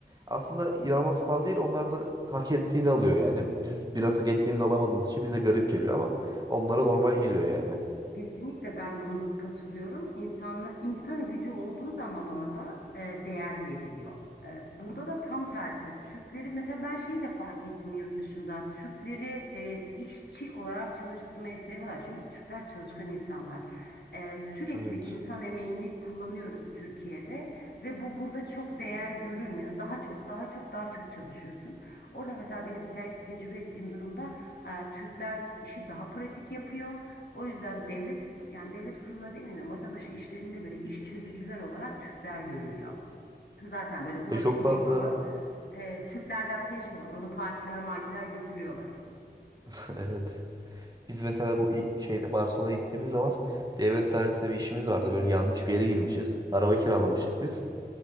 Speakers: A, on the right (about 25°); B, on the left (about 85°).
A: aslında inanılmaz pahalı değil. Onlar da hak ettiğini alıyor yani. Biz biraz hak ettiğimizi alamadığımız için bize garip geliyor ama onlara normal geliyor yani.
B: Kesinlikle ben bunu katılıyorum. İnsanla, insan gücü olduğu zaman orada e, değer veriliyor. E, burada da tam tersi. Türkleri mesela ben şeyi de fark ettim yurt dışında. Türkleri e, işçi olarak çalıştırmayı seviyorlar. Çünkü Türkler çalışkan insanlar. E, sürekli
A: Evet.
B: insan emeğini kullanıyoruz Türkiye'de ve bu burada çok değer görülmüyor. Daha çok, daha çok, daha çok çalışıyorsun. Orada mesela benim te- tecrübe ettiğim durumda e, Türkler işi daha pratik yapıyor. O yüzden devlet yani devlet kurumları demeyeyim de masa başı işlerinde bile iş çözücüler olarak Türkler görülüyor. Zaten böyle bulaşıkçıyı
A: Ve çok fazla
B: falan e, Türklerden seçmiyorlar. Onu pakiler makiler götürüyorlar.
A: <laughs> evet. Biz mesela bu i- şeyde Barcelona'ya gittiğimiz zaman devlet dairesinde bir işimiz vardı. Böyle yanlış bir yere girmişiz. Araba kiralamıştık biz.